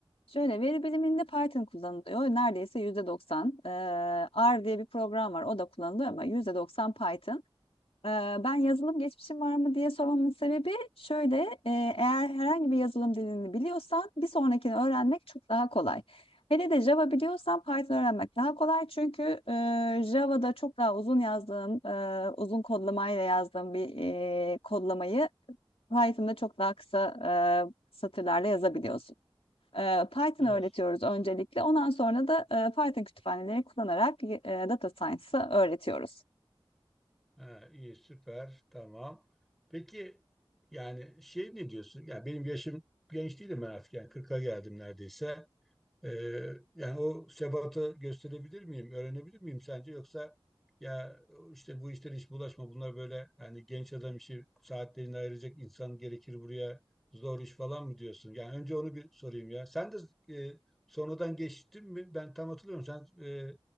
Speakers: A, on the left; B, in the centre.
A: Şöyle veri biliminde Python kullanılıyor. Neredeyse %90. Ee, R diye bir program var. O da kullanılıyor ama %90 Python. Ee, Ben yazılım geçmişim var mı diye sormamın sebebi şöyle, e, eğer herhangi bir yazılım dilini biliyorsan bir sonrakini öğrenmek çok daha kolay. Hele de Java biliyorsan Python öğrenmek daha kolay çünkü e, Java'da çok daha uzun yazdığım, e, uzun kodlamayla yazdığım bir e, kodlamayı Python'da çok daha kısa e, satırlarla yazabiliyorsun. E, Python
B: Evet.
A: öğretiyoruz öncelikle. Ondan sonra da e, Python kütüphaneleri kullanarak e, data science'ı öğretiyoruz.
B: Ha, iyi, süper. Tamam. Peki yani şey ne diyorsun? Yani benim yaşım genç değilim ben artık. Yani 40'a geldim neredeyse. Ee, yani o sebatı gösterebilir miyim, öğrenebilir miyim sence? Yoksa ya işte bu işlere hiç bulaşma, bunlar böyle hani genç adam işi saatlerini ayıracak insan gerekir buraya zor iş falan mı diyorsun? Yani önce onu bir sorayım ya. Sen de e, sonradan geçtin mi? Ben tam hatırlıyorum. Sen e,